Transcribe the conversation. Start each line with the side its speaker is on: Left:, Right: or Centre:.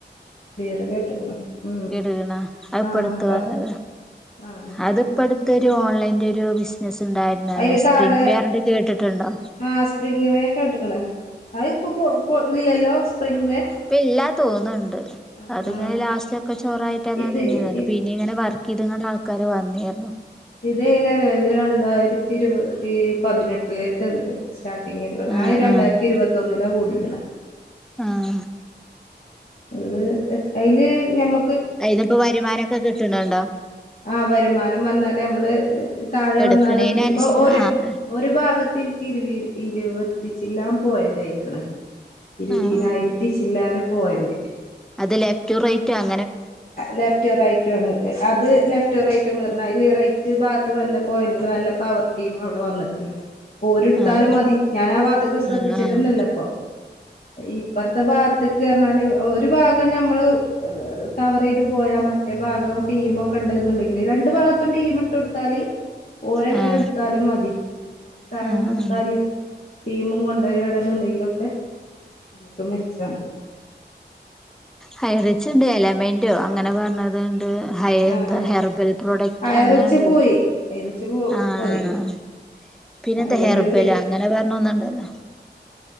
Left: ത് കേട്ട്ക്ക്ണ് ഉം
Centre: കേട്ട്ക്കണ അഹ് ഇപ്പൊട്ത്ത
Left: ആഹ് അപ്പ
Centre: വന്നതാ
Left: ആഹ്
Centre: അത് ഇപ്പട് ത്തൊരു ഓൺലൈൻന്റൊരു ബിസിനസ് ഉണ്ടായിരുന്നല്ലോ
Left: അയില് താഴെ
Centre: സ്പ്രിംഗ് വേറിന്റെ കേട്ടിട്ടുണ്ടോ
Left: ആഹ സ്പ്രിംങ് വേ കേട്ട്ക്ക്ണ് അഹ്പ്പൊ പൊ പൊ ഇല്ലല്ലോ സ്പ്രിംങ് വേ
Centre: പ്പ്ല്ലാ തോന്ന്ണ്ട്
Left: ആഹ്
Centre: അത്ങ്ങനെ
Left: ആഹ്
Centre: ലാസ്റ്റോക്കെ ചോറായിട്ടങ്ങനെ
Left: ഇത്
Centre: നിന്നീന്ന് ന്നട്ട്
Left: ഇ
Centre: പിന്നിങ്ങനെ വർക്കെയ്ത് കാണ്ട് കാരു വന്നിരുന്നു
Left: ഇതെയ്ലാറിയോ ഇത് രണ്ടായിരത്തി ഇരുപത് ഈ പതിനെട്ട്ലേറ്റ്ണ്ട് സ്റ്റാട്ട് <unintelligible> ഞാ
Centre: ആഹ്
Left: രണ്ടായിരത്തി
Centre: ആഹ്
Left: ഇരുപത്തൊന്നിലാ കൂടി ക്ണെ
Centre: ആഹ്
Left: <unintelligible> അയില് ഞമ്മ
Centre: അയ്നിപ്പോ വരുമാനൊക്കെ കിട്ട്ണ് ണ്ടോ
Left: ആഹ വരുമാനം പർഞ്ഞാല് നമ്മള് താഴെ
Centre: എടുക്കണേന്
Left: വന്നാലും ഇപ്പൊ
Centre: അനുസ
Left: ഒരു
Centre: ആഹ്
Left: ഒരു ഭാഗത്ത് എനിക്ക് ഇരുവ ഇരുവത്തിച്ചില്ലാം പോയന്റയിക്ക്ണ് ഇരുവീനായിരത്തി
Centre: ആഹ്
Left: ചില്ലാനും- പോയന്റ്
Centre: അത് ലെഫ്റ്റും റൈറ്റും അ-
Left: ലെഫ്റ്റ് റൈറ്റ് ആണ്ത് അത് ലെഫ്റ്റും റൈറ്റും കയറ്ണ അയ്ല് ഈ റൈറ്റ്- മറ്റേ ഭാഗത്ത് നല്ല പോയിന്റ്ണ് നല്ല പവർ ടീം അവിടെ വന്നിക്ക്ണ് ഓരെടുത്താലും
Centre: ആഹ്
Left: മതി ഞാൻ ആ വാത്ത്ക്ക് ശ്രദ്ധിച്ചലെന്നെല്ലപ്പൊ
Centre: ആഹ്
Left: ഇപ്പർത്തെ ഭാഗത്ത്ക്ക് പറഞ്ഞാല് ഒരു ഭാഗം ഞമ്മള്- കവർ ചെയ്ത് പോയാ മറ്റേ ഭാഗം ടീമൊക്കെണ്ട്‌ന്നുണ്ടെങ്കില് രണ്ടു ഭാഗത്തും ടീം ഇട്ട് കൊടുത്താല് ഓരങ്ങനെ
Centre: ആഹ് ആഹ്
Left: എടുത്താലും മതി താഴെള്ള
Centre: ആഹ്
Left: ആൾക്കാരിം ടീമും കൊണ്ടരാണ്ന്ന്ണ്ടെങ്കിലൊക്കെ നമ്മുക്ക് മെച്ചമാണ്
Centre: ഹൈറിച്ച്ണ്ട് എലമെൻ ന്റ് അങ്ങനെ പറണത് ണ്ട് ഹൈർ
Left: ആഹ്
Centre: ന്ത്‌ ഹെർബൽ പ്രോഡക്ട്
Left: അയറിച്ച്
Centre: അങ്ങനെണ്ടല്ലോ
Left: പോയി അയറിച്ച് പോ
Centre: ആഹ്
Left: പോയി
Centre: അഹ് പിന്നെന്താ
Left: എലമെന്റ്
Centre: ഹെർബെല് അങ്ങനെ പറന്നൊന്ന്ണ്ടല്ലോ